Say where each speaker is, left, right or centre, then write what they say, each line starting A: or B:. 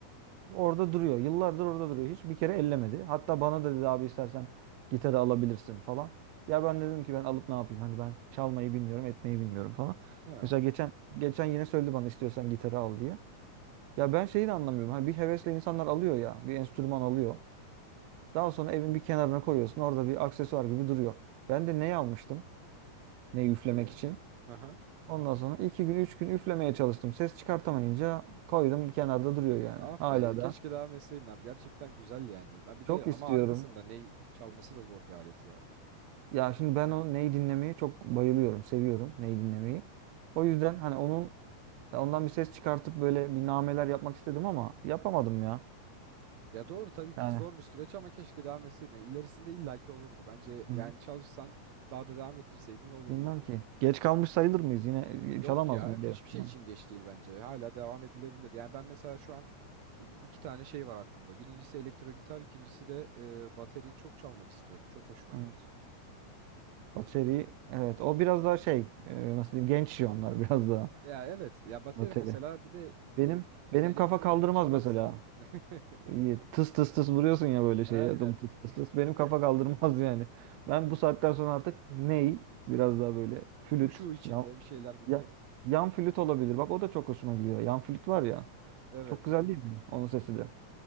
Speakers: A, on the right; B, on the right.
A: Orada duruyor. Yıllardır orada duruyor. Hiç bir kere ellemedi. Hatta bana da dedi abi istersen gitarı alabilirsin falan. Ya ben dedim ki ben alıp ne yapayım? Hani ben çalmayı bilmiyorum, etmeyi bilmiyorum falan.
B: Ha,
A: Mesela geçen geçen yine söyledi bana istiyorsan gitarı al diye. Ya ben şeyi de anlamıyorum. Hani bir hevesle insanlar alıyor ya, bir enstrüman alıyor. Daha sonra evin bir kenarına koyuyorsun. Orada bir aksesuar gibi duruyor. Ben de ne almıştım? Ne üflemek
B: iyi.
A: için?
B: Aha. hı.
A: Ondan sonra iki gün, üç gün üflemeye çalıştım. Ses çıkartamayınca koydum kenarda duruyor yani.
B: Ah
A: Hala
B: be ya
A: da
B: keşke devam etseydin abi gerçekten güzel yani. Ha, Bir
A: çok
B: de
A: istiyorum.
B: ama haklısın da ney çalması da zor bir alet ya.
A: Ya şimdi ben o neyi dinlemeyi çok bayılıyorum, seviyorum neyi dinlemeyi. O yüzden hani onun ya ondan bir ses çıkartıp böyle bir nameler yapmak istedim ama yapamadım ya.
B: Ya doğru tabii ki
A: Yani
B: zor bir süreç ama keşke devam etseydin. Yani İlerisinde illaki olurdu. Bence
A: hı,
B: yani çalışsan daha da devam ettirseydin olurdu.
A: bilmem ki. Geç kalmış
B: Ya-
A: sayılır mıyız? Yine
B: Yok
A: e, çalamaz
B: ya
A: mıyım
B: hiçbir
A: biraz?
B: şey
A: Hı,
B: için geç değil bence. Hala devam edilebilir. Yani ben mesela şu an i- iki tane şey var aklımda. Birincisi elektro gitar, ikincisi de e, bateriyi çok çalmak istiyorum. Çok hoşuma
A: Evet.
B: gidiyor.
A: Bateri evet o biraz daha şey e, nasıl diyeyim genç onlar <laughs> biraz daha
B: Ya evet ya bateri
A: bateri.
B: mesela bir de
A: Benim
B: e,
A: benim
B: ya elektro
A: kafa kaldırmaz
B: gitarı çalarsın.
A: mesela.
B: <laughs>
A: İyi, Tıs tıs tıs vuruyorsun ya böyle şeye.
B: Aynen.
A: Dum tıs tıs
B: <laughs>
A: tıs. Benim kafa kaldırmaz yani. Ben bu saatten sonra artık ney? Biraz daha böyle flüt.
B: Huşu içinde
A: Yan,
B: bir şeyler dinlemek.
A: ya, yan flüt olabilir. Bak o da çok hoşuma gidiyor. Yan flüt var ya.
B: Evet.
A: Çok güzel değil mi? Onun sesi de.